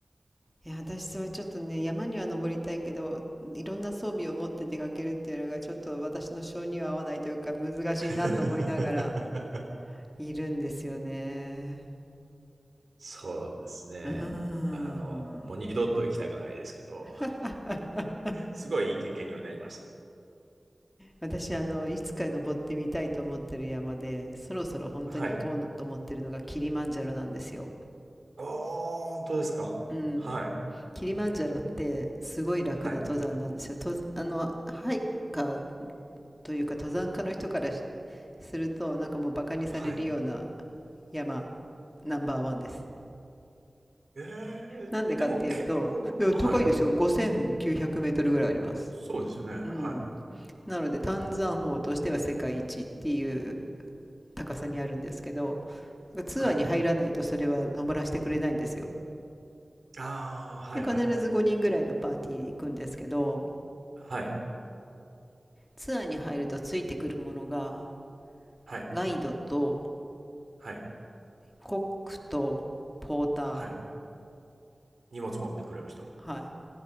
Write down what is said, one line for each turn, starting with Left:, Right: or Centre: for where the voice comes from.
Left: いや、私それちょっとね、山には登りたいけど、いろんな装備を持って出かけるっていうのがちょっと私の性には合わないというか難しいなと思いながら
Right: <laughs>
Left: いるんですよね。
Right: そうですね。
Left: うーん。
Right: あの、もう二度と行きたくないですけど、
Left: <laughs>
Right: すごいいい経験にはなりました。
Left: 私あのいつか登ってみたいと思ってる山でそろそろ本当に行こうと思ってるのがキリマンジャロなんですよ。
Right: はい。ああ、本当ですか。
Left: うん、
Right: はい。
Left: キリマンジャロってすごい楽な登山なんですよ。
Right: はい。
Left: とあのハイカーというか登山家の人からするとなんかもうバカにされるような
Right: はい。
Left: 山ナンバーワンです。
Right: ええでも結構、
Left: なんでかっていうと、いや高いでしょ
Right: はい。
Left: ?5900 メートルぐらいあります。
Right: そうですよね。はい。
Left: うん。なので丹山峰としては世界一っていう高さにあるんですけど、ツアーに入らないとそれは登らせてくれないんですよ。
Right: はい。ああ、はいはい。
Left: で、必ず5人ぐらいのパーティーで行くんですけど、
Right: はい。
Left: ツアーに入るとついてくるものが
Right: はい。
Left: ガイドと
Right: はい。
Left: コックとポーター
Right: はい。荷物持ってくれる人。
Left: はい。